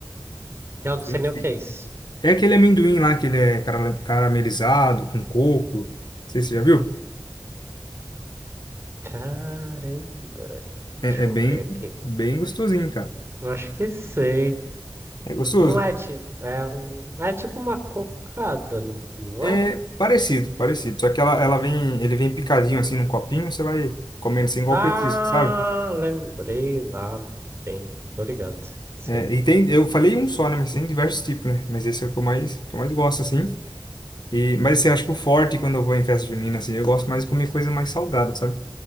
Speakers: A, on the right (about 35°); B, on the left (about 65°).
A: Eu
B: Sim,
A: não sei nem
B: sim.
A: o que é isso.
B: É aquele amendoim lá que ele é cara- caramelizado com coco. Não sei se você já viu.
A: Caramba, deixa
B: É, é bem,
A: eu ver aqui.
B: bem gostosinho, cara.
A: Eu Acho que sei.
B: É gostoso.
A: Não é tipo, é um, é tipo uma cocada, não, não
B: É
A: é?
B: parecido, parecido. Só que ela, ela vem, ele vem picadinho assim num copinho, você vai comendo assim igual
A: Ah,
B: petisco, sabe?
A: lembrei lá do tempo. Tô ligado. Sei.
B: É, e tem, eu falei um só, né? Mas tem diversos tipos, né? Mas esse é o que eu mais, que eu mais gosto, assim. E, mas assim, acho que o forte quando eu vou em festa junina, assim, eu gosto mais de comer coisa mais salgada, sabe?